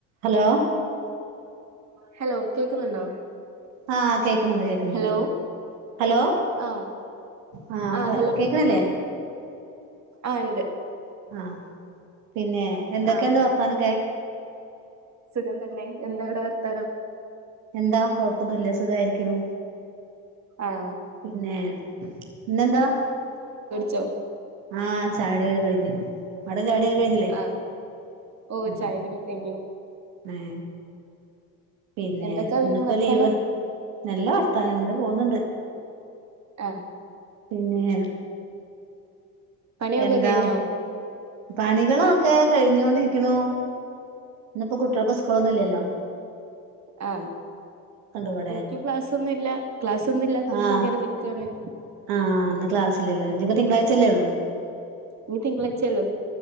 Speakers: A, on the right (about 65°); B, on the right (about 35°).
A: hello
B: hello കേക്കുന്നുണ്ടോ
A: ആ കേക്ക്ന്ന്ണ്ട് കേക്ക്ന്ന്ണ്ട്
B: ഹലോ
A: ഹലോ
B: ആഹ്
A: ആ
B: ആഹ്
A: പറ കേക്ക്ന്നല്ലേ
B: ആ ഇണ്ട്
A: ആ പിന്നെ എന്തൊക്കെയ്ണ്ട്
B: ആഹ്
A: വർത്താനൊക്കെ
B: സുഖം തന്നെ എന്താവടെ വർത്താനം
A: എന്താ കൊഴപ്പൊന്നൂല്ല സുഖായിരിക്ക്ണു
B: ആഹ്
A: പിന്നെ ന്നെന്താ
B: ചോ
A: ആ ചായോടിഒക്കെ കഴിഞ്ഞു അവിടെ ചാ ടി ഒക്കെ കഴ്ഞ്ഞിലെ
B: ആഹ് ഓ
A: ആ
B: ചായകുടി കഴിഞ്ഞു
A: ഏ പിന്നെ
B: എന്തൊക്കാ
A: ഇന്നിപ്പോ
B: പിന്നെ വർത്താനം
A: ലീവ് നല്ല വർത്താനങ്ങനെ പോകുന്നുണ്ട്
B: ആ അ
A: പിന്നെ
B: പണിയൊക്കെ
A: എന്താ
B: കയ്ഞ്ഞോ
A: പണികളൊക്കെ കഴിഞ്ഞുകൊണ്ടിരിക്ക്ണു ഇന്ന്പ്പോ കുട്ടികൾക്ക് സ്കൂളൊന്നുല്ല്യല്ലോ
B: ആ
A: ഇവിടെ
B: എൻക്ക് ക്ലാസ്സൊന്നൂല്ല ക്ലാസ്സൊന്നുല്ലാത്തോണ്ട്
A: ആ
B: ഇങ്ങനെ നിക്കാണ്
A: ആഹ് ഇന്ന് ക്ലാസ്സില്ലല്ലോ ഇനിപ്പോ തിങ്കളാഴ്ചല്ലേള്ളൂ
B: ഇനി തിങ്കളാഴ്ചയൊള്ളു